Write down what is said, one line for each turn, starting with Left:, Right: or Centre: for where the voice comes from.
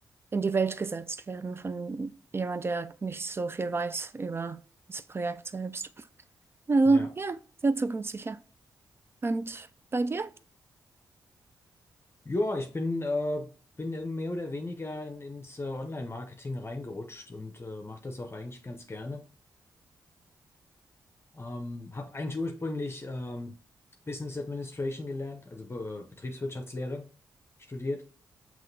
Right: in die Welt gesetzt werden von jemand, der nicht so viel weiß über das Projekt selbst. Also
Left: ja.
Right: ja, sehr zukunftssicher. Und bei dir?
Left: Ja, ich bin, äh, bin irgendwie mehr oder weniger in, ins äh, Online-Marketing reingerutscht und äh, mache das auch eigentlich ganz gerne. Ähm, habe eigentlich ursprünglich ähm, Business Administration gelernt, also Be Betriebswirtschaftslehre studiert.